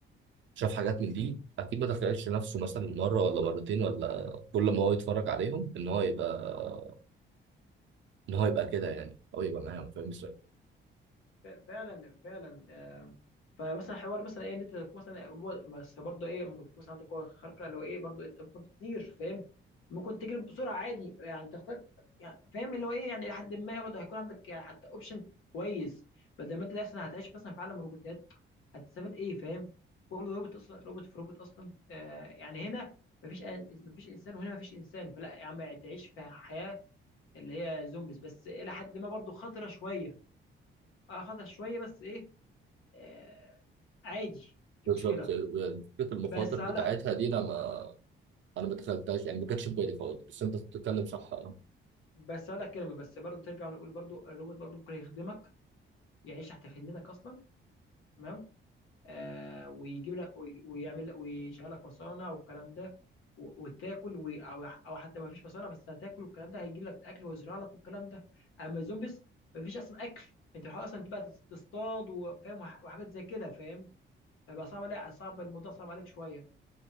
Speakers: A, on the right; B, on the left.
A: شاف حاجات من دي أكيد ما تخيلش نفسه مثلا مرة ولا مرتين ولا كل ما هو يتفرج عليهم إن هو يبقى إن هو يبقى كده يعني أو يبقى معاهم فاهم إزاي
B: ف- فعلا فعلا آه، فمثلا حوار مثلا ايه ان انت تكون مثلا هو- بس برضه ايه ممكن تكون مثلا عندك قوه خارقه لو ايه برضه انت ممكن تطير فاهم ممكن تجري بسرعه عادي يعني تختار يعني فاهم اللي هو ايه يعني لحد ما برضه هيكون عندك يعني حتى اوبشن كويس بدل ما انت مثلا هتعيش مثلا في عالم روبوتات هتستفاد ايه فاهم كل روبوت اصلا روبوت في روبوت اصلا آه يعني هنا مفيش أن- مفيش انسان وهنا مفيش انسان فلا يا عم تعيش في حياه اللي هي زومبيز بس الى حد ما برضه خطره شويه اه خطر شويه بس ايه آه، عادي مش
A: بالظبط
B: مشكله
A: فكرة المخاطر
B: بس على
A: بتاعتها دي أنا ما أنا ما دخلتهاش يعني ما كانتش في بالي خالص بس أنت بتتكلم صح
B: بس على كلمه بس برضو ترجع نقول برضو الروبوت برضو ممكن يخدمك يعيش تحت خدمتك اصلا تمام آه ويجيب لك وي- ويعمل لك ويشغل لك مصانع والكلام ده و- وتاكل وي- او او حتى ما فيش مصانع بس هتاكل والكلام ده هيجيب لك الاكل ويزرع لك والكلام ده اما الزومبيس ما فيش اصلا اكل انت بتحاول اصلا تبقى تصطاد وفاهم وح- وحاجات زي كده فاهم فبقى صعب عليك صعب الموضوع صعب عليك شويه